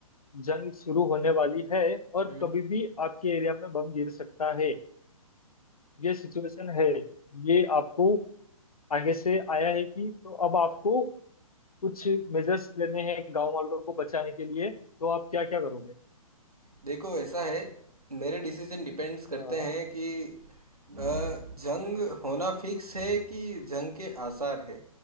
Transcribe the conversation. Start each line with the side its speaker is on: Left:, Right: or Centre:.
Left: जंग शुरू होने वाली है और
Right: हम्म
Left: कभी भी आपके एरिया में बम गिर सकता है ये सिचुएशन है ये आपको आगे से आया है कि तो अब आपको कुछ मेजर्स लेने हैं गांव वालों को बचाने के लिए तो आप क्या क्या करोगे
Right: देखो ऐसा है मेरे डिसीजन डिपेंड्स करते
Left: हाँ
Right: हैं कि अ, जंग होना फिक्स है कि जंग के आसार है